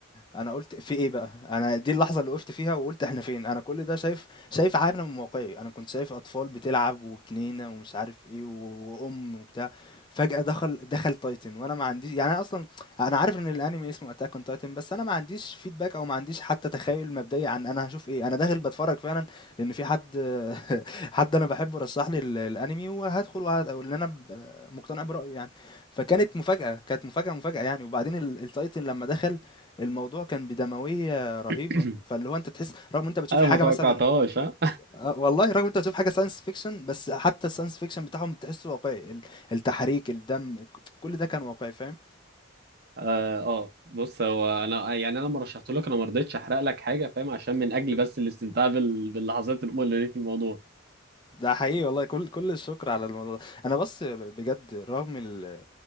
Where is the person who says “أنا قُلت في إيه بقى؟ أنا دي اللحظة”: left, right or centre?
Left